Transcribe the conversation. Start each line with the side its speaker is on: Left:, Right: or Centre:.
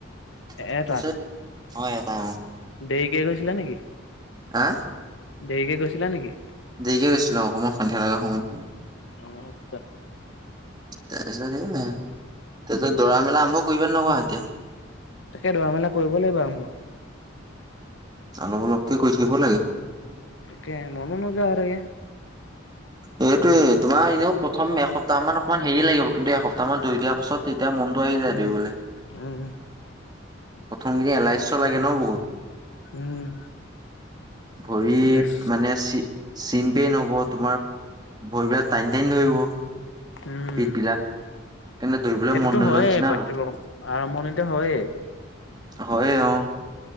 Right: তাৰপিছত
Left: এটা
Right: হয় অ এটা।
Left: দেৰিকে গৈছিলা নেকি
Right: হা
Left: দেৰিকে গৈছিলা। নেকি
Right: দেৰিকে গৈছিলো অকণমান সন্ধিয়া লগা সময়ত
Left: অহ আচ্ছা।
Right: তাৰপিছত সেইয়া দৌৰা মেলা আৰম্ভ কৰিবা নে নকৰা এতিয়া
Left: তাকে দৌৰা মেলা কৰিব লাগিব আৰম্ভ।
Right: অলপ অলপকে কৰি থাকিব লাগে।
Left: তাকে মননো নোযোৱা হৈ থাকে।
Right: এইটোয়ে তোমাৰ এনেও প্ৰথম এসপ্তাহ মান অকণমান হেৰি লাগিব। কিন্তু এসপ্তাহমান দৌৰি দিয়াৰ পাছত এতিয়া মনতটো আহি যায়
Left: উম
Right: দৌৰিবলে
Left: উম
Right: প্ৰথম কেইদিন এলাহ্য লাগে ন বহুত
Left: উম
Right: ভৰিত
Left: উম
Right: মানে চি চিন পেইন হ'ব তোমাৰ ভৰি বিলাক টানি টানি ধৰিব,
Left: উম
Right: পিঠবিলাক তেনে দৌৰিবলৈ
Left: সেইটোতো
Right: মন নোযোৱা
Left: হয়েই
Right: নিচিনা
Left: প্ৰত্যেক
Right: হয়।
Left: আৰম্ভণিতে হয়েই
Right: হয়ে অ'হ